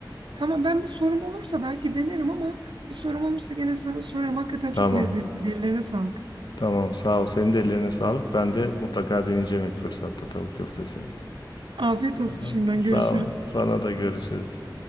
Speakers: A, on the right; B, on the left.
A: Tamam ben bir sorum olursa belki denerim ama bir sorum olursa gene sana sorarım. Hakikaten
B: Tamam.
A: çok lezzetli. Ellerine sağlık.
B: Tamam sağ ol. Senin de ellerine sağlık. Ben de mutlaka deneyeceğim ilk fırsatta tavuk köftesini.
A: Afiyet olsun
B: Aha.
A: şimdiden
B: Sağ
A: görüşürüz.
B: ol. Sana da görüşürüz.